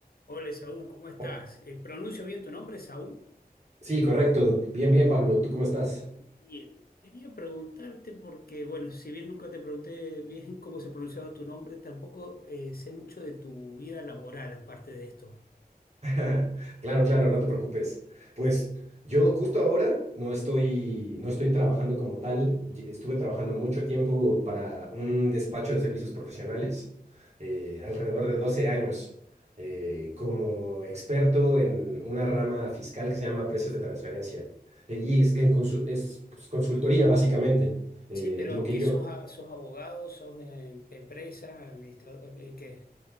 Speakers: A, on the left; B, on the right.
A: Hola, Saúl, ¿cómo estás?
B: Oh,
A: Eh, ¿pronuncio bien tu nombre, Saúl?
B: sí, correcto. Bien, bien, Pablo. ¿Tú cómo estás?
A: Bien. Quería preguntarte porque, bueno, si bien nunca te pregunté bien cómo se pronunciaba tu nombre, tampoco eh, sé mucho de tu vida laboral aparte de esto.
B: <laughs> Claro, claro, no te preocupes. Pues yo justo ahora no estoy, no estoy trabajando como tal. Ye- Estuve trabajando mucho tiempo para un despacho de servicios profesionales, eh, alrededor de 12 años, eh, como experto en una rama fiscal que se llama precios de transferencia. Eh, Y es, que en consu- es pues, consultoría, básicamente. Eh,
A: Sí, pero
B: lo que
A: ¿qué
B: yo,
A: sos, a- sos abogado, sos eh, empresa, administrador? ¿Qué, qué-